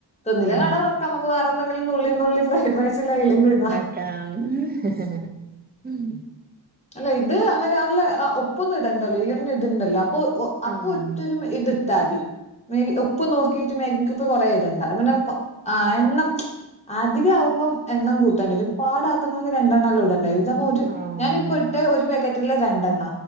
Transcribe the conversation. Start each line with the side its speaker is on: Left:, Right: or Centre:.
Left: തിന്ന്ലെ
Right: ഉം
Left: ആട വക്ക നമുക്ക് വേറെ എന്തെങ്കിലും നുള്ള നുള്ളി ഫൈഡ് റൈസ്ല്ല അലും കഴുതാ
Right: ലാം
Left: അല്ല ഇത് അങ്ങനെ ആല്ല ഒപ്പൊന്നും ഇടണ്ടല്ലോ ഇല്ലന്ന ഇടണ്ടല്ലോ അപ്പൊ അപ്പൊ
Right: ആഹ്
Left: ഒറ്റൊരു ഇതിത്താതി മഗി ഒപ്പ് നോക്കിട്ട് മാഗി ക്ക്‌പ്പ കുറേ ഇടണ്ട പിന്നെ ആഹ് എണ്ണം അധികമാവുമ്പോം എണ്ണം കൂട്ടുണ്ടായി ഇപ്പൊ പാടാക്കുന്നത രണ്ടെണ്ണംല്ല ഇടണ്ട ഇ ന ഒരു
Right: ആഹ്
Left: ഞാനി ട്ടെ ഒരു പാക്കറ്റില് രണ്ടെണ്ണ